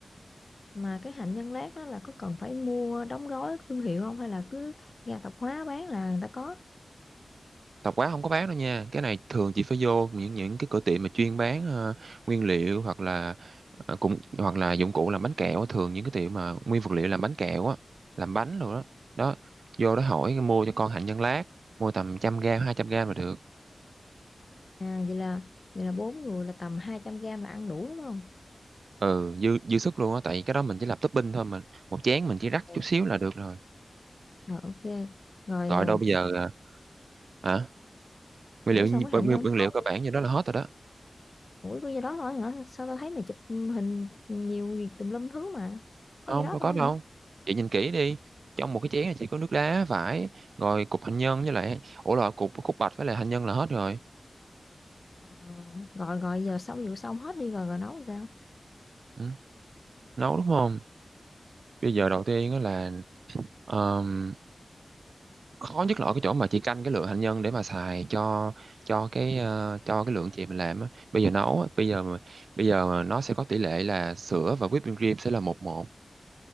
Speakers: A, on the left (about 45°); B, on the right (about 80°).
A: mà cái hạnh nhân lát đó là có cần phải mua đóng gói thương hiệu không hay là cứ ga tạp hóa bán là người ta có
B: tạp hóa không có bán đâu nha cái này thường chỉ phải vô những những cái cửa tiệm mà chuyên bán ờ, nguyên liệu hoặc là ờ, cũng hoặc là dụng cụ làm bánh kẹo á. thường những cái tiệm mà nguyên vật liệu làm bánh kẹo á làm bánh rồi đó đó vô đó hỏi mua cho con hạnh nhân lát mua tầm trăm gram hai trăm gram là được
A: à vậy là vậy là bốn người là tầm 200 gram là ăn đủ đúng không
B: ừ dư dư sức luôn á tại cái đó mình chỉ làm topping thôi mình một chén mình chỉ rắc
A: Ừ.
B: chút xíu là được rồi
A: Rồi ok. Rồi
B: gọi
A: à,
B: đâu bây
A: s-
B: giờ ờ, hả nguyên
A: ủa
B: liệu
A: sao
B: nguyên,
A: cái hạnh nhân
B: nguyên
A: nó còn
B: liệu cơ bản như đó là hết rồi đó
A: ủa có gì đó thôi hả? Sao tao thấy mày chụp hình nhiều gì tùm lum thứ mà. Có
B: không
A: gì đó
B: đâu
A: thôi
B: có đâu
A: hả?
B: chị nhìn kỹ đi trong một cái chén này chỉ có nước đá vải rồi cục hành nhân với lại ủa là cục khúc bạch với lại hành nhân là hết rồi
A: Ờ, Rồi rồi giờ sau vụ xong hết đi rồi rồi nấu sao?
B: ừ. nấu đúng không bây giờ đầu tiên á là ờm, khó nhất là ở cái chỗ mà chị canh cái lượng hành nhân để mà xài cho cho cái ờ, cho cái lượng chị mình làm á bây giờ nấu á, bây giờ mà- bây giờ mà nó sẽ có tỷ lệ là sữa và whipping cream sẽ là một một